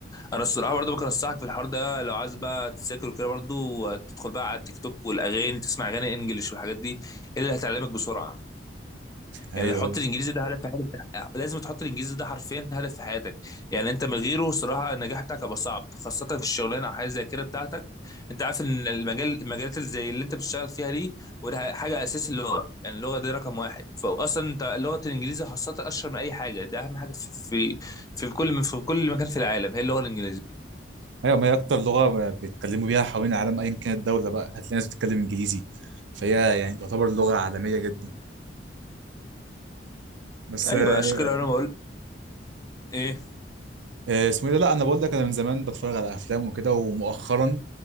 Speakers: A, on the left (about 20°); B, on the right (about 70°).
A: انا الصراحه برضو ممكن انصحك في الحوار ده لو عايز بقى تذاكر كده برضو آه، تدخل بقى على التيك توك والاغاني تسمع اغاني انجليش والحاجات دي هي اللي هتعلمك بسرعه
B: أيوه
A: يعني حط
B: أيوه
A: الانجليزي ده هدف في حياتك لازم تحط الانجليزي ده حرفيا هدف في حياتك يعني انت من غيره صراحه النجاح بتاعك هيبقى صعب خاصه في الشغلانه او حاجه زي كده بتاعتك انت عارف ان المجال المجالات اللي زي اللي انت بتشتغل فيها دي وده حاجه اساس اللغه يعني اللغه دي رقم واحد فاصلا انت لغه الانجليزي خاصه اشهر من اي حاجه ده اهم حاجه في في في كل في كل مكان في العالم هي اللغه الانجليزيه
B: أيوه ما هي أكتر لغة بيتكلموا بيها حوالين العالم أيا كانت الدولة بقى هتلاقي ناس بتتكلم إنجليزي فهي يعني تعتبر لغة عالمية جدا بس
A: ايوه
B: آه،
A: عشان كده انا بقول ايه
B: آه، اسمه إيه ده لا أنا بقول لك أنا من زمان بتفرج على أفلام وكده ومؤخرا